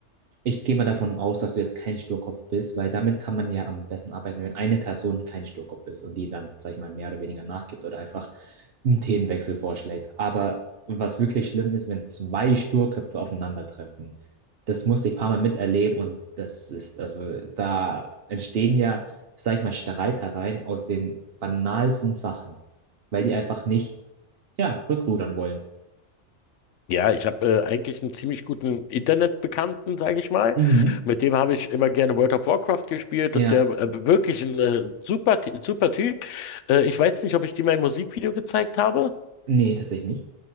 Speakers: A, on the right (about 60°); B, on the left (about 80°).
A: ich gehe mal davon aus, dass du jetzt kein Sturkopf bist, weil damit kann man ja am besten arbeiten, wenn eine Person kein Sturkopf ist und die dann, sag ich mal, mehr oder weniger nachgibt oder einfach einen Themenwechsel vorschlägt. Aber was wirklich schlimm ist, wenn zwei Sturköpfe aufeinandertreffen. Das musste ich ein paar Mal miterleben und das ist, also da entstehen ja, sag ich mal, Streitereien aus den banalsten Sachen, weil die einfach nicht, ja, rückrudern wollen.
B: Ja, ich habe äh, eigentlich einen ziemlich guten Internetbekannten, sage ich mal.
A: Mhm.
B: Mit dem habe ich immer gerne World of Warcraft gespielt
A: Ja,
B: und der äh, wirklich ein äh, super, Ty- super Typ. Äh, ich weiß nicht, ob ich dir mein Musikvideo gezeigt habe.
A: nee, tatsächlich nicht.